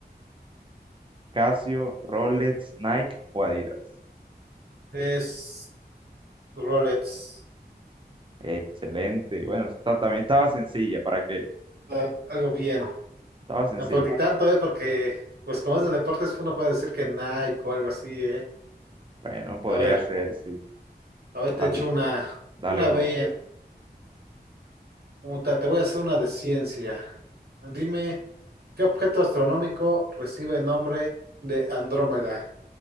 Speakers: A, on the right; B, on the right.
A: Casio, Rolex, Nike o Adidas.
B: Es Rolex.
A: Excelente. Bueno, esa está- también estaba sencilla. ¿Para qué?
B: Ah, algo bien.
A: Estaba sencilla.
B: No, pues ni tanto, ¿eh? Porque, pues como es de deportes, uno puede decir que Nike o algo así, ¿eh?
A: Bueno, podría
B: A ver,
A: ser, sí.
B: a ver,
A: Vale,
B: te echo una,
A: dale,
B: una
A: bro.
B: bella. Muta, te voy a hacer una de ciencia. Dime, ¿qué objeto astronómico recibe el nombre de Andrómeda?